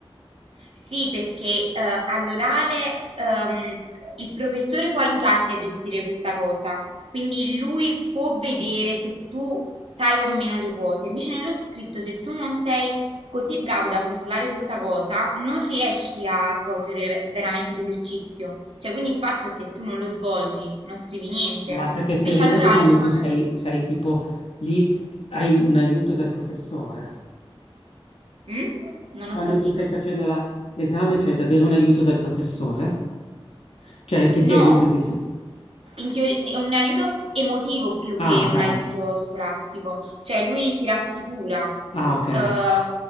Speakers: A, on the right; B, on the left.
A: Sì, perché eh, all'orale ehm, il professore può aiutarti a gestire questa cosa, quindi lui può vedere se tu sai o meno le cose. Invece nello scritto, se tu non sei così bravo da controllare questa cosa, non riesci a svolgere veramente l'esercizio. Cioè, quindi il fatto è che tu non lo svolgi, non scrivi niente.
B: Ma perché
A: Invece
B: seriamente
A: all'orale,
B: quando
A: se magari...
B: tu sei, sei tipo lì t- hai un aiuto dal professore?
A: Mm? Non
B: Quando
A: ho sentito.
B: tu stai facendo la- l'esame c'hai davvero un aiuto dal professore? Cioè che
A: No,
B: ti aiuta? Ti... s-
A: in teori- è un aiuto emotivo più
B: Ah,
A: che
B: ok.
A: un aiuto scolastico, cioè lui ti rassicura.
B: Ah, ok.
A: Eh,